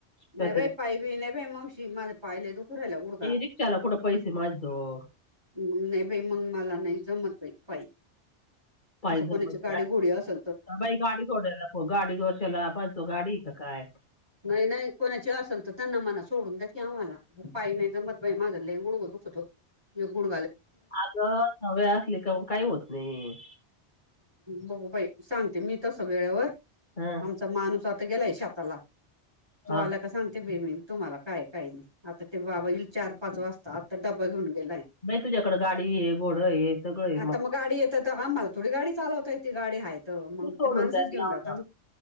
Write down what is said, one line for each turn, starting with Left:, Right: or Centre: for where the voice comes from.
Left: काहीतरी
Right: नाही बाई पायी बियी नाही बाई मावशी माझ पाय लय दुखावू राहिला गुडगा.
Left: रिक्षाला कुठं पैसे माझ्याजवळ
Right: मंग नाही बाई मंग माला नाही जमर पै.
Left: पायी
Right: असं कोणाचे
Left: जमत
Right: गाडी
Left: नाही.
Right: घोडी असं.
Left: बाई गाडी कोडेला ख गाडी घोशला पाण तो गाडी का काय.
Right: नाही नाही कोणाची असेल तर त्यांना मना सोडून द्या की आम्हाला पाय नाही जमत. बाई माझ लई गुडघा दुखतो एक गुड
Left: आग सवय असली का काही होत नाही.
Right: बघ बाई सांगते मी तसं वेळेवर
Left: हं,
Right: आमचा माणूस आता गेलाय शेताला. तो
Left: हा
Right: आला का सांग. ते बे म तुम्हाला काय काय नाही आता ते बाबा येईल चार पाच वाजता आता ड्बा घेऊन.
Left: बाई तुझ्याकडे गाडी आहे घोड आहे सगळं आहे
Right: आता मग गाडी येतांबल थोडी गाडी. चालवतय त गाडी हाय मग
Left: तू सोडून
Right: ते माणसच
Left: द्यायला
Right: घेऊन
Left: लावणार
Right: जात